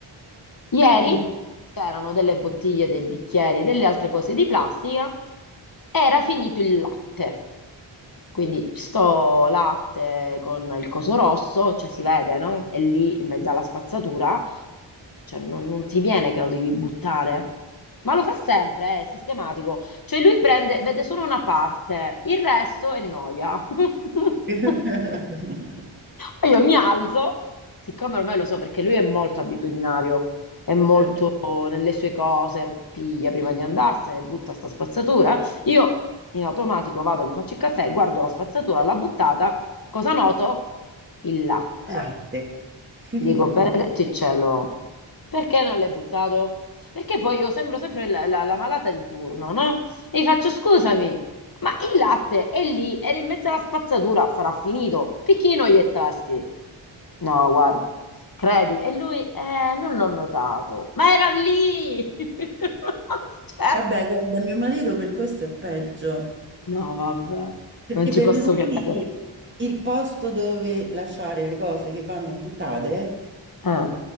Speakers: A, on the left; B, on the right.
A: Ieri
B: mm.
A: c'erano delle bottiglie, dei bicchieri, delle altre cose di plastica. Era finito il latte. Quindi sto latte con il coso rosso, cioè si vede, no? E lì in mezzo alla spazzatura, cioè non, non ti viene che lo devi buttare. Ma lo fa sempre, eh, è sistematico. Cioè lui prende, vede solo una parte, il resto è noia. <laughs>
B: <laughs>
A: E Io mi alzo, siccome ormai lo so perché lui è molto abitudinario, è molto
B: Eh,
A: nelle sue cose, piglia prima di andarsene, butta sta spazzatura. Io in automatico vado, mi faccio il caffè, guardo la spazzatura, l'ha buttata, cosa noto? Il latte.
B: Latte. <laughs>
A: Dico, benedetto il cielo, perché non l'hai buttato? Perché poi io sembro sempre la, la- la malata di turno, no? E gli faccio, scusami, ma il latte è lì, era in mezzo alla spazzatura, sarà finito. Picchino gli e tasti. No, guarda, credi. E lui, eh, non l'ho notato, ma era lì! <laughs> Cioè,
B: Vabbè, guarda, mio marito per questo è peggio,
A: no, vabbè,
B: perché
A: non ci
B: per
A: posso
B: lui
A: credere.
B: il posto dove lasciare le cose che vanno buttate
A: Eh.